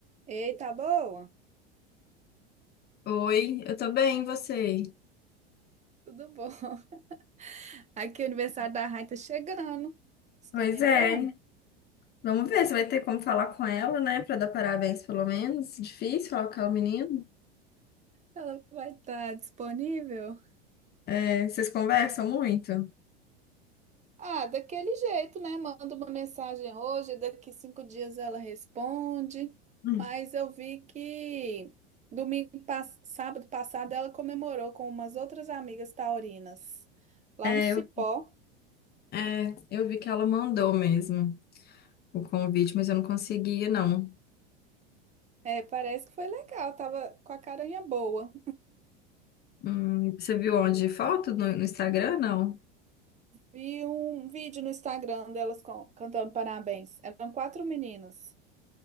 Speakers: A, on the right; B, on the left.
A: Ei, tá boa?
B: Oi, eu tô bem, e você?
A: Tudo bom? <laughs> Aqui o aniversário da Rai tá chegando. Você
B: Pois
A: tá lembrando?
B: é. Vamos ver se vai ter como falar com ela, né? Pra dar parabéns, pelo menos. Difícil falar com aquela menina.
A: Ela vai estar disponível?
B: É, vocês conversam muito?
A: Ah, daquele jeito, né? Manda uma mensagem hoje, daqui cinco dias ela responde.
B: Hum.
A: Mas eu vi que domingo, pass- sábado passado ela comemorou com umas outras amigas taurinas lá
B: É,
A: no Cipó.
B: eu- É, eu vi que ela mandou mesmo o convite, mas eu não conseguia, não.
A: É, parece que foi legal, tava com a carinha boa.
B: Hum, você viu onde? Foto no, no Instagram, não?
A: Vi um vídeo no Instagram delas com- cantando parabéns. Eram quatro meninas.